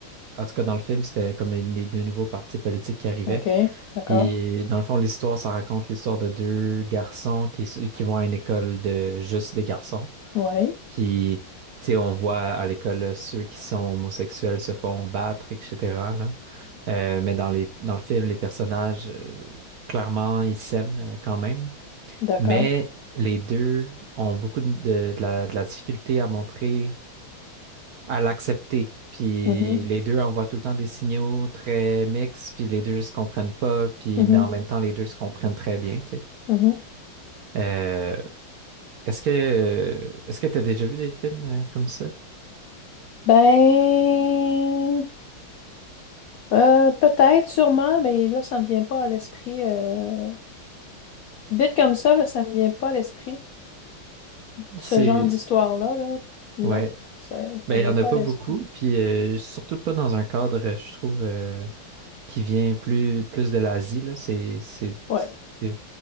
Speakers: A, on the right (about 75°); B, on the left (about 80°).
A: En tout cas, dans le film, c'était comme une- des, des nouveaux partis politiques qui arrivaient.
B: OK, d'accord.
A: Et dans le fond, l'histoire, ça raconte l'histoire de deux garçons qui, s- qui vont à une école de juste des garçons.
B: Oui.
A: Puis, tu sais, on voit à l'école là, ceux qui sont homosexuels se font battre, etc. là. Euh, mais dans les, dans le film, les personnages, euh, clairement, ils s'aiment euh, quand même.
B: D'accord.
A: Mais les deux ont beaucoup de, de de la de la difficulté à montrer à l'accepter. Puis
B: Mhm.
A: les deux envoient tout le temps des signaux très mixtes, puis les deux se comprennent pas, puis
B: Mhm.
A: mais en même temps les deux se comprennent très bien, tu sais.
B: Mhm.
A: Euh, est-ce que euh, est-ce que tu as déjà vu des films euh, comme ça?
B: Ben, Euh, peut-être, sûrement, mais là, ça me vient pas à l'esprit. euh, Vite comme ça, là, ça me vient pas à l'esprit. Ce
A: C'est
B: genre d'histoire-là, là, non,
A: ouais,
B: ça, ça
A: ben
B: me
A: il
B: vient
A: y en
B: pas
A: a pas
B: à l'esprit.
A: beaucoup, puis euh, surtout pas dans un cadre, euh, je trouve, euh, qui vient plus plus de l'Asie là. C'est c'est
B: Ouais,
A: c'est